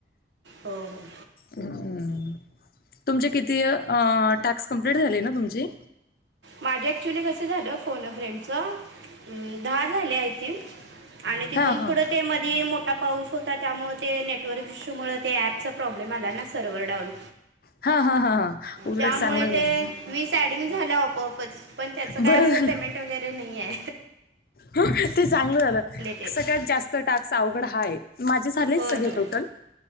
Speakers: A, on the right (about 80°); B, on the left (about 55°).
A: हो हो.
B: हम्म तुमचे किती अ टास्क कंप्लीट झाले ना तुमचे?
A: माझे ॲक्च्युली कसं झालं फोन अ फ्रेंडचं दहा झाले आहे ती. आणि तिथून
B: हां हां
A: पुढं ते मध्ये मोठा पाऊस होता. त्यामुळेळ ते नेटवर्क इशूमुळे ते ॲपचा प्रॉब्लेम आला ना, सर्व्हर डाऊन
B: हा, हा, हा हा, उलट
A: त्यामुळे
B: चांगलं झालं.
A: ते झालं आपोआपच पण त्याच
B: बरं
A: काय अस
B: झालं
A: पेमेंट वगैरे, नाहीे.
B: ते चांगलं झालं.
A: ते
B: सगळ्यात जास्त टास्क अवघड हा आहे. माझे झालेत
A: होय
B: सगळे
A: होय
B: टोटल.